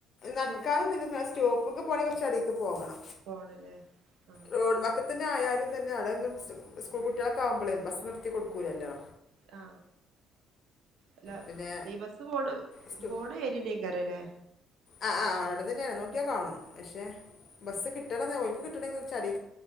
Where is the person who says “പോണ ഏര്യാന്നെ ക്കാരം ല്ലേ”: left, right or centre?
Right